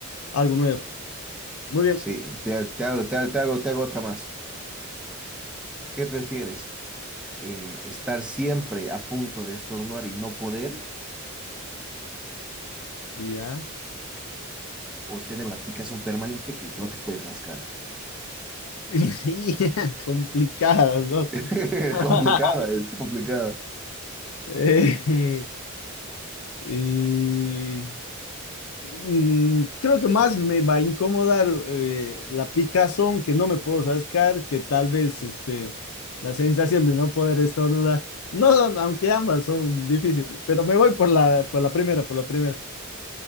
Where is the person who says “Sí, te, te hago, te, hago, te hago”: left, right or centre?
Centre